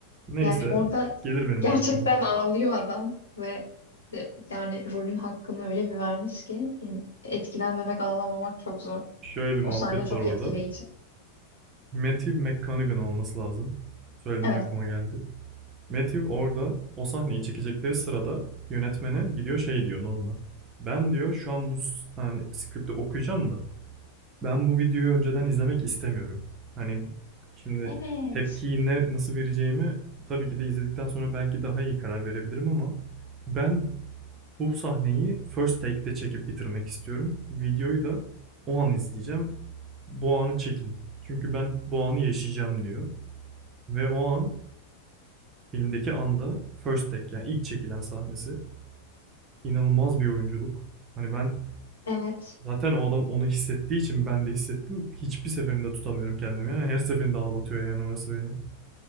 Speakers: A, on the right (about 30°); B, on the left (about 70°).
A: Neyse
B: Yani orada
A: gelir benim
B: gerçekten
A: de aklıma.
B: ağlıyor adam ve de- yani rolün hakkını öyle bir vermiş ki yani etkilenmemek, ağlamamak çok zor.
A: Şöyle bir muhabbet
B: O sahne çok
A: var orada.
B: etkileyici.
A: Matthew McConaughey olması lazım. Söylediğinde
B: Evet,
A: aklıma geldi. Matthew orada o sahneyi çekecekleri sırada yönetmene gidiyor şey diyor Nolan'a. Ben diyor şu an bu hani skripti okuyacağım da ben bu videoyu önceden izlemek istemiyorum. Hani şimdi
B: Evet.
A: tepkiyi ne, nasıl vereceğimi tabii ki de izledikten sonra belki daha iyi karar verebilirim ama ben Bu sahneyi first take'de çekip bitirmek istiyorum. Videoyu da o an izleyeceğim. Bu anı çekin. Çünkü ben bu anı yaşayacağım diyor. Ve o an filmdeki anda first take yani ilk çekilen sahnesi. İnanılmaz bir oyunculuk. Hani ben
B: evet.
A: zaten o adam onu hissettiği için ben de hissettim. Hiçbir seferinde tutamıyorum kendimi. Yani her seferinde ağlatıyor yani orası beni.